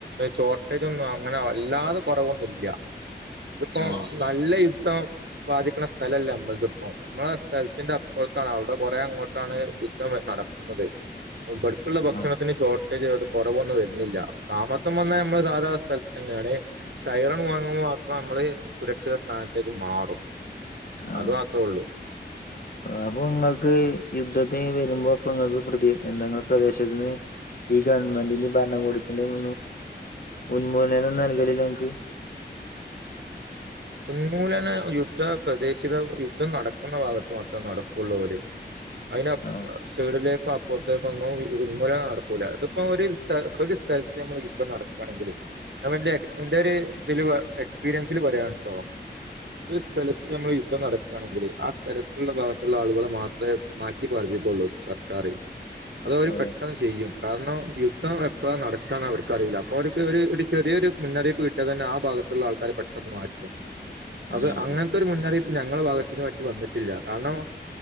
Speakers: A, on the right (about 70°); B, on the left (about 55°).
A: ഷോർട്ടേജ് ഒന്നും അങ്ങനെ വല്ലാതെ കുറവൊന്നുല്ല ഇതിപ്പോ
B: ഓ
A: നല്ല യുദ്ധം ബാധിക്കുന്ന സ്ഥലല്ല നമ്മളതിപ്പം നമ്മള സ്ഥലത്തിന്റെ അപ്പറത്താണ് അവിടെ കൊറെേ അങ്ങോട്ടാണ് യുദ്ധം നടക്കുന്നത് ബ്ബട്ക്ക്‌ള്ള ഭക്ഷണത്തിന്
B: ആഹ്
A: ഷോ കുറവൊന്നും വരുന്നില്ല താമസം വന്നാൽ നമ്മള് സാധാരണ സ്ഥലത്ത് തന്നെയാണ് സൈറൺ മുഴങ്ങുമ്പോ മാത്ര നമ്മള് സുരക്ഷിത സ്ഥാനത്തേക്ക് മാറും
B: ആഹ്
A: അത് മാത്രേ ഉള്ളൂ
B: അപ്പൊ നിങ്ങൾക്ക് യുദ്ധത്തിന് വരുമ്പോ അപ്പ നിങ്ങൾക്ക് പ്രതി എന്തങ്ങളെ പ്രദേശത്തിന്ന് ഈ ഗവൺമെന്റിന്റിം ഭരണകൂടത്തിന്റിം ഉന്മൂലനം നൽകലില്ലെ ങ്ങക്ക്?
A: ഉന്മൂലന യുദ്ധ പ്രദേശിത യുദ്ധം നടക്ക ക്കുന്ന ഭാഗത്ത മാത്രേ നടക്കുള്ളൂ അതിന്
B: ആ
A: സൈഡിലെ അപ്പുറത്തേക്കൊന്നും ഉന്മൂലനം നടക്കൂല ഇതിപ്പോ ഒരു ഒരു സ്ഥലത്ത് നമ്മൾ യുദ്ധം നടക്കാണെങ്കില് നമ്മന്റെ ന്റെര് എക്സ്പീരിയൻസില് പറയാണ് ട്ടോ ഒരു സ്ഥലത്ത് നമ്മള് യുദ്ധം നടക്കാണെങ്കിലേ ആ സ്ഥലത്തുള്ള ഭാഗത്തുള്ള ആളുകളെ മാത്രേ മാറ്റി പാർപ്പി <unintelligible> സർക്കാർ അത് അവര്
B: ഓ
A: പെട്ടെന്ന് ചെയ്യും കാരണം. യുദ്ധം എപ്പളാ നടക്കാന്ന് അവർക്കറീല അപ്പോ ഒരിത് ഒരു <unintelligible> ചെറിയൊരു മുന്നറിയിപ്പ് കിട്ടിയത്തന്നെ ആ ഭാഗത്തുള്ള ആൾക്കാര പെട്ടന്ന് മാറ്റും
B: ആ
A: അത്
B: അതെ
A: അങ്ങനത്തെ ഒരു മുന്നറിയിപ്പ് ഞങ്ങള ഭാഗത്തിനു വന്നിട്ടില്ല കാരണം